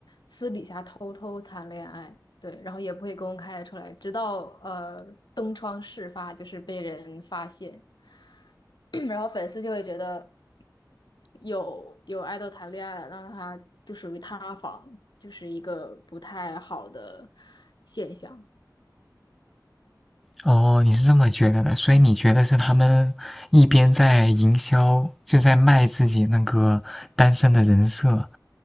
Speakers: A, on the left; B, in the centre.
A: 私底下偷偷谈恋爱，对，然后也不会公开出来，直到呃东窗事发，就是被人发现，<clears throat> 然后粉丝就会觉得有有爱豆谈恋爱了，那他就属于塌房，就是一个不太好的现象。
B: 哦，你是这么觉得的，所以你觉得是他们一边在营销，就在卖自己那个单身的人设，